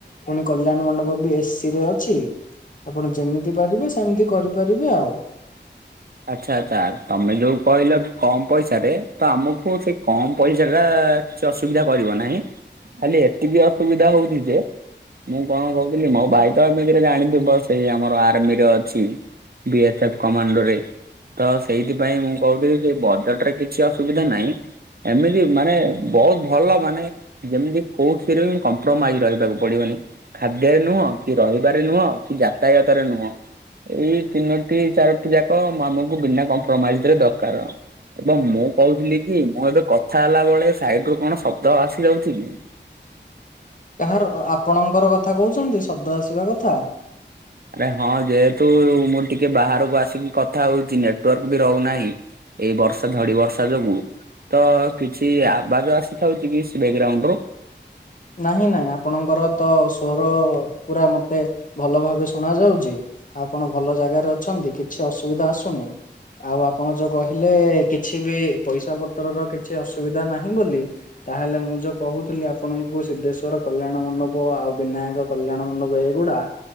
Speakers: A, on the left; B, on the right.
A: ପୁଣି Kalyan Mandap B S C ରେ ଅଛି ଆପଣ ଯେମିତି ପାରିବେ ସେମିତି କରିପାରିବେ ଆଉ?
B: ଆଚ୍ଛା ଆଚ୍ଛା ତମେ ଯୋଉ କହିଲ କମ ପଇସାରେ ତ ଆମକୁ ସେଇ କମ ପଇସା ଟା କିଛି ଅସୁବିଧା କରିବ ନାହିଁ ଖାଲି ଏତିକି ଅସୁବିଧା ହଉଛି ଯେ ମୁଁ କଣ କହୁଥିଲି ମୋ ଭାଇ ତ ଏମିତିରେ ଜାଣିଥିବ ସେଇ ଆମର ଆର୍ମିରେ ଅଛି। ବି ଏସ୍ ଏଫ୍ କମାଣ୍ଡୋ ରେ। ତ ସେଇଥିପାଇଁ ମୁଁ କହୁଥିଲି ସେ ବଜେଟରେ କିଛି ଅସୁବିଧା ନାହିଁ। ଏମିତି ମାନେ ବହୁତ ଭଲ ମାନେ ଯେମିତି କୋଉଠିରେ ବି କମ୍ପ୍ରୋମାଇଜ ରହିବାକୁ ପଡିବନି। ଖାଦ୍ୟରେ ନୁହଁ କି ରହିବାରେ ନୁହଁ କି ଯାତାୟାତରେ ନୁହଁ। ଏଇ ତିନୋଟି ଚାରୋଟି ଯାକ ଆମୁଙ୍କୁ ବିନା କମ୍ପ୍ରମାଇଜରେ ଦରକାର। ଏବଂ ମୁଁ କହୁଥିଲି କି ମୁଁ ଏବେ କଥା ହେଲା ବଳେ ସାଇଡ ରୁ କଣ ଶବ୍ଦ ଆସି ଯାଉଛି କି?
A: କାହାର ଆପଣଙ୍କର କଥା କହୁଛନ୍ତି ଶବ୍ଦ ଆସିବା କଥା?
B: ଆରେ ହଁ ଯେହେତୁ ମୁଁ ଟିକେ ବାହାରକୁ ଆସିକି କଥା ହଉଛି ନେଟୱାର୍କ ବି ରହୁନାହିଁ। ଏଇ ବର୍ଷ, ଝଡ଼ି ବର୍ଷା ଯୋଗୁ ତ କିଛି, ଆବାଯ ଆସିଥାଉଛି କି, ସେ ବ୍ୟାକ୍ଗ୍ରାଉଣ୍ଡରୁୁ?
A: ନାହିଁ, ନାଇଁ ଆପଣଙ୍କର ତ ସ୍ୱର ପୁରା ମତେ ଭଲ ଭାବେ ଶୁଣ ଯାଉଛି। ଆପଣ ଭଲ ଜାଗାରେ ଅଛନ୍ତି, କିଛି ଅସୁବିଧା ଆସୁନି? ଆଉ ଆପଣ ଯୋଉ କହିଲେ, କିଛି ବି ପଇସା ପତ୍ର ର କିଛି ଅସୁବିଧା ନାହିଁ ବୋଲି ତାହେଲେ ମୁଁ ଯୋଉ କହୁଥିଲି ଆପଣଙ୍କୁ ସିଦ୍ଧେଶ୍ଵର କଲ୍ୟାଣ ମଣ୍ଡପ, ଆଉ ବିନାୟକ କଲ୍ୟାଣ ମଣ୍ଡପ ଏଇଗୁଡା